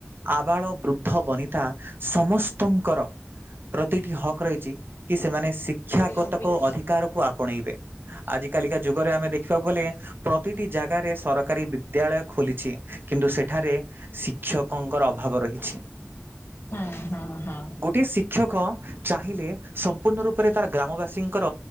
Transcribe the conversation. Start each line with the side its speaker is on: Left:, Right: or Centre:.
Right: ଆବାଳ ବୃଦ୍ଧ ବନିତା ସମସ୍ତଙ୍କର ପ୍ରତିଟି ହକ୍ ରହିଛି କି ସେମାନେ ଶିକ୍ଷାଗତକ
Left: ହୁଁ ହୁଁ।
Right: ଅଧିକାରକୁ। ଆପଣେଇବେ। ଆଜି କାଲିକା ଯୁଗରେ ଆମେ ଦେଖିବାକୁ ଗଲେ ପ୍ରତିଟି ଜାଗାରେ ସରକାର ସରକାରୀ ବିଦ୍ୟାଳୟ ଖୋଲିଛି କିନ୍ତୁ ସେଠାରେ ଶିକ୍ଷକଙ୍କର ଅଭାବ ରହିଛି।
Left: ହଁ ହଁ ହଁ
Right: ଗୋଟିଏ ଶିକ୍ଷକ ଶିକ୍ଷକ ଚାହିଁଲେ ସମ୍ପୂର୍ଣ୍ଣ ରୂପରେ ଗ୍ରାମବାସୀଙ୍କର